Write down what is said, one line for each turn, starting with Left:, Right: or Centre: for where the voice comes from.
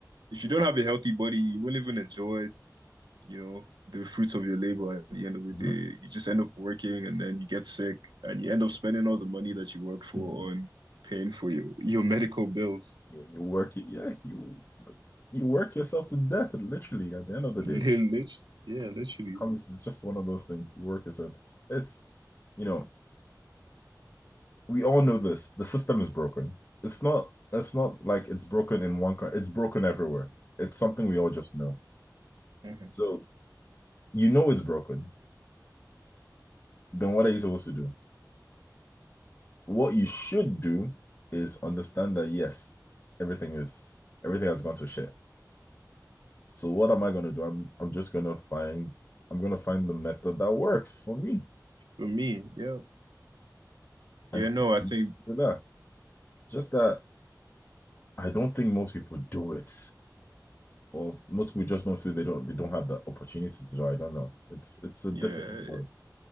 Right: if you don't have a healthy body, you won't even enjoy, you know, the fruits of your labor at the end of the
Left: No.
Right: day. You just end up working, and then you get sick, and you end up spending all the money that you worked for
Left: <laughs>
Right: on paying for your your medical bills.
Left: You, you work it, yeah. You you work yourself to death, literally. At the end of the
Right: <laughs>
Left: day,
Right: Lit, yeah, literally.
Left: comes it's just one of those things. You work yourself. It's you know we all know this. The system is broken. It's not. It's not like it's broken in one. Co- it's broken everywhere. It's something we all just know.
Right: Mhm.
Left: So you know it's broken. Then what are you supposed to do? What you should do is understand that yes, everything is everything has gone to shit. So what am I going to do? I'm I'm just going to find I'm going to find the method that works for me
Right: For me, yeah,
Left: and
Right: yeah.
Left: teach
Right: No, I
Left: you
Right: think
Left: that. Just that I don't think most people do it. or most people just don't feel they don't they don't have the opportunity to do. it. I don't know. It's it's a difficult
Right: yeah.
Left: one.